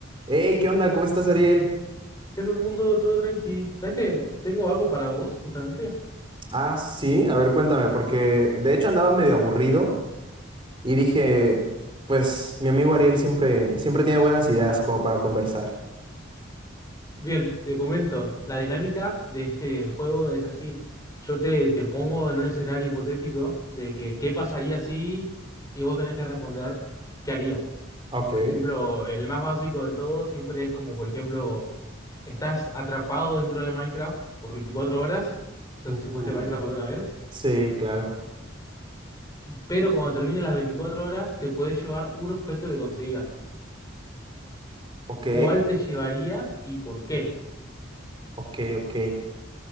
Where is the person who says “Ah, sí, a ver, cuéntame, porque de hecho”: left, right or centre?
Right